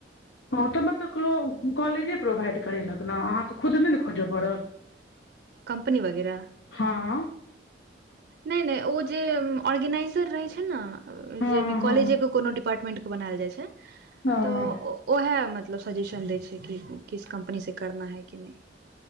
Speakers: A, on the left; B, on the right.
A: हँ त मतलब लोक कॉलेजे प्रोवाइड करेलक ने अहाँके खुद नहि ने खोजय पड़ल
B: कम्पनी वगैरह
A: हँ
B: नहि नहि ओ जे ऑर्गेनाइजर रहै छै ना
A: हँ
B: जे भी
A: हँ
B: कॉलेजे के कोनो डिपार्टमेंट के बनायल जाइ छै
A: हँ
B: त ओ ओह मतलब सजेशन दै छै कि किस कम्पनीसँ करना है कि नहि